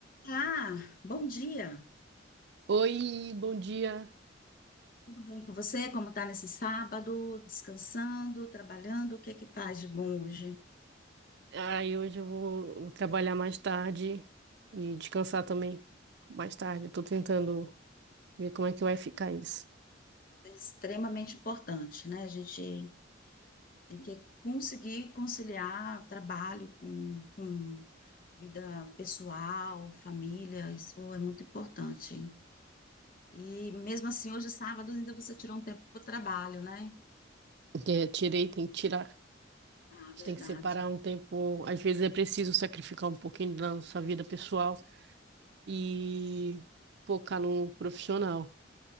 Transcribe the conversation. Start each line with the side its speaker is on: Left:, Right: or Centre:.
Left: Olá, bom dia.
Right: Oi, bom dia.
Left: Tudo bem com você? Como está nesse sábado? Descansando, trabalhando? O que é que faz de bom hoje?
Right: Ai, hoje eu vou, vou trabalhar mais tarde e descansar também mais tarde. Eu tô tentando ver como é que vai ficar isso.
Left: É extremamente importante, né? A gente tem que conseguir conciliar trabalho com, com vida pessoal, família, isso é muito importante. E mesmo assim, hoje sábado ainda você tirou um tempo para o trabalho, né?
Right: Porque eu tirei, tem que tirar. A
Left: Ah,
Right: gente
Left: verdade,
Right: tem que separar um tempo. Às vezes é preciso sacrificar um pouquinho da nossa vida pessoal e focar no profissional.